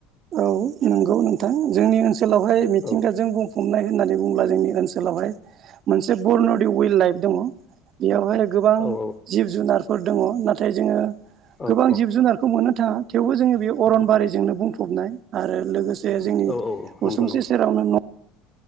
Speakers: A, on the right (about 50°); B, on the left (about 25°).
A: औ नंगौ नोंथां। जोंनि ओनसोलावहाय मिथिंगाजों
B: औ
A: बुंफबनाय होननानै बुंब्ला जोंनि ओनसोलावहाय मोनसे बरन'दि विल्ड लाइफ दङ। बेयावहाय गोबां
B: औ
A: जिब जुनारफोर दङ। नाथाय जोङो
B: औ
A: गोबां
B: औ
A: जिब जुनारखौ मोननो थाङा। थेवबो जोनि बेयो अरनबारिजोंनो बुंफबनाय आरो लोगोसे से जोंनि
B: औ औ नंगौ
A: उसुंसे
B: नंगौ
A: सेरावनो न